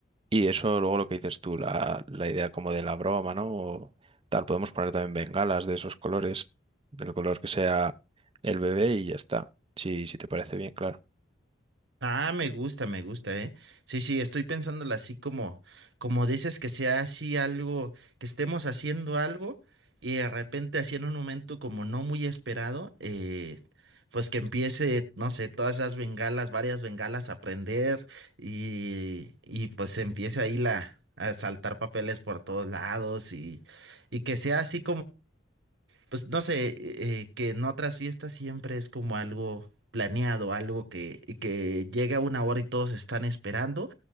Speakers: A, on the right; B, on the right.
A: y eso luego lo que dices tú, la, la idea como de la broma, ¿no? O tal, podemos poner también bengalas de esos colores, del color que sea el bebé y ya está. Sí, si te parece bien, claro.
B: Ah, me gusta, me gusta, ¿eh? Sí, sí, estoy pensándola así como, como dices que sea así algo, que estemos haciendo algo y de repente así en un momento como no muy esperado, eh, pues que empiece, no sé, todas esas bengalas, varias bengalas a prender y, y pues empiece ahí la, a saltar papeles por todos lados y, y que sea así pues no sé, eh, eh, que en otras fiestas siempre es como algo planeado, algo que, que llega una hora y todos están esperando.